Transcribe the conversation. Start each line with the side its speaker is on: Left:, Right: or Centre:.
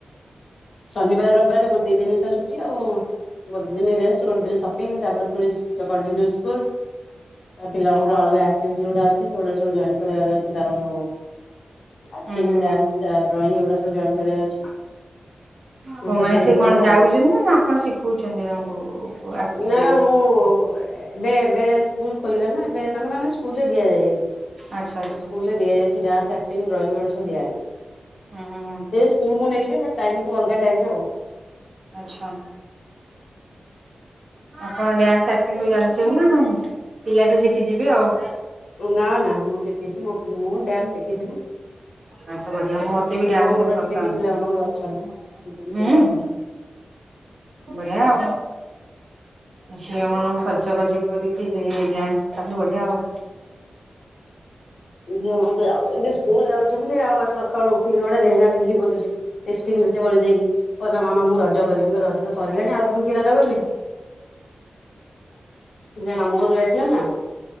Left: ଶନିବାର ରବିବାର ଗୋଟେ ଦି ଦିନ ତ ଛୁଟି ଆଉ ଗୋଟେ ଦିନ ରେଷ୍ଟ ଗୋଟେ ଦିନ ସପିଙ୍ଗ ତାପରେ ପୁଣି କଣ୍ଟିନ୍ୟୁ ସ୍କୁଲ ତା ପିଲାଙ୍କର
Right: ହଁ
Left: ଅଲଗା ଆକ୍ଟିଭିଟି ଗୁଡା ଅଛି ସେଗୁଡା ସବୁ ଜଏନ କରିବାର ଅଛି ତାର ସବୁ ଆକ୍ଟିଂ
Right: ହୁଁ ହୁଁ
Left: ଡ୍ୟାନ୍ସ
Right: ହୁଁ।
Left: ତା ଡ୍ରଇଂ ଏଗୁଡା ସବୁ ଜଏନ୍ କରିବାର ଅଛି ସବୁ
Right: ହଁ ମାନେ
Left: କିଣା
Right: ସେ
Left: କିଣି
Right: କଣ
Left: ହବ ଆଉ।
Right: ଯାଉଛନ୍ତି ନା ଆପଣ ଶିଖଉଛନ୍ତି ତାଙ୍କୁ ଆକ୍ଟିଂ
Left: ନା
Right: ଡ୍ୟାନ୍ସ?
Left: ନା ମୁଁ ଏବେ ଏବେ ସ୍କୁଲ ଖୋଲିଲା ନା ଏବେ ତାଙ୍କ ନା ସ୍କୁଲରେ ଦିଆଯାଇଛି ସେ
Right: ଆଚ୍ଛା ଆଚ୍ଛା
Left: ସ୍କୁଲରେ ଦିଆଯାଇଛି ଡ୍ୟାନ୍ସ ଆର୍କ୍ଟି ଡ୍ରଇଂ ଗୁଡା ସବୁ ଦିଆଯାଇଛି
Right: ହୁଁ ହୁଁ ହୁଁ
Left: ସେ ସ୍କୁଲ ନେଇ ଯିବୁ ଟାଇମ ତୁ ଅଲଗା ଟାଇମରେ
Right: ଆଚ୍ଛା ଆପଣ ଡ୍ୟାନ୍ସ ଆର୍କ୍ଟି ସବୁ ଜାଣିଛନ୍ତି ନାହିଁ ପିଲାଠୁ ଶିଖିଯିବେ ଆଉ
Left: ନା ନା ମୁଁ ଶିଖିଛି ମୋ ମୁଁ ଡ୍ୟାନ୍ସ ଶିଖିଛି ନା
Right: ଆଉ ସବୁ ବଢିଆ ମତେ ବି ଡ୍ୟାନ୍ସ
Left: ମୋ ଗୁଣ
Right: ବହୁତ
Left: ଟିକେ
Right: ପସନ୍ଦ
Left: ଟିକେ ପିଲାମାନଙ୍କର ଅଛନ୍ତି। ପିଲା
Right: ହୁଁ। ବଢିଆ। ଝିଅ ମାନଙ୍କୁ ସଜବାଜ କରିକି ଡ୍ୟାନ୍ସ ଶିଖାନ୍ତୁ ବଢିଆ ଆଉ
Left: ଝିଅ ମାନେ ଯାଉଛନ୍ତି ସ୍କୁଲ ଯାଉଛନ୍ତି ଆଉ ସକାଳୁ ଉଠିକି ଗୋଟେ ଲେହେଙ୍ଗା ପିନ୍ଧିକି ବୁଲୁଛି ଲିପିଷ୍ଟିକି ମେଁଚେ ବଳି ଦେଇକି କହନା ମାମା ମୁଁ ରଜ କରିବି ରଜ ତ ସରିଲାଣି ଆହୁରୁ ପୁଣି କି ରଜ କରିବୁ, ସିଏ ତା ମାମୁଁ ଘରୁ ଯାଇଥିଲା ନା